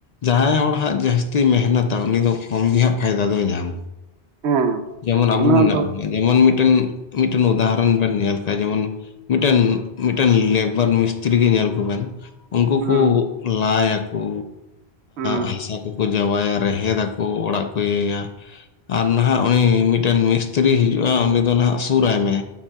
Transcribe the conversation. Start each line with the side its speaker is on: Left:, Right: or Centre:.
Left: ᱡᱟᱦᱟᱸᱭ ᱦᱚᱲ ᱦᱟᱸᱜ ᱡᱟᱹᱥᱼᱼ ᱛᱤᱭ ᱢᱮᱦᱱᱚᱛᱟ ᱩᱱᱤ ᱫᱚ ᱠᱚᱢ ᱜᱮ ᱦᱟᱸᱜ ᱯᱷᱟᱭᱫᱟ ᱫᱚᱭ ᱧᱟᱢᱟ
Right: ᱦᱮᱸ
Left: ᱡᱮᱢᱚᱱ
Right: ᱚᱱᱟ
Left: ᱟᱵᱚ ᱢᱮᱱᱟᱜ
Right: ᱫᱚ
Left: ᱵᱚᱱᱟ᱾ ᱡᱮᱢᱚᱱ ᱢᱤᱫᱴᱮᱱ ᱢᱤᱫᱴᱮᱱ ᱩᱫᱟᱦᱚᱨᱚᱱ ᱵᱮᱱ ᱧᱮᱞ ᱠᱷᱟᱡ ᱡᱮᱢᱚᱱ᱾ ᱢᱤᱫᱴᱮᱱ ᱢᱤᱫᱴᱮᱱ ᱞᱮᱵᱟᱨ ᱢᱤᱥᱛᱨᱤ ᱜᱮ ᱧᱮᱞ ᱠᱚᱵᱮᱱ ᱩᱱᱠᱩ
Right: ᱦᱩᱸ
Left: ᱠᱩ ᱞᱟᱭ ᱟᱹᱠᱩ
Right: ᱦᱩᱸ
Left: ᱦᱟᱥᱟ ᱠᱩ ᱡᱟᱶᱟᱭᱟ ᱨᱮᱦᱮᱫᱟᱠᱚ ᱚᱲᱟᱜ ᱠᱚ ᱤᱭᱟᱹᱭᱟ᱾ ᱟᱨ ᱱᱟᱦᱟᱜ ᱩᱱᱤ ᱢᱤᱫᱴᱮᱱ ᱢᱤᱥᱛᱨᱤ ᱦᱤᱡᱩᱜᱼᱟ ᱩᱱᱤ ᱫᱚ ᱱᱟᱦᱟᱜ ᱥᱩᱨᱟᱭ ᱢᱮ᱾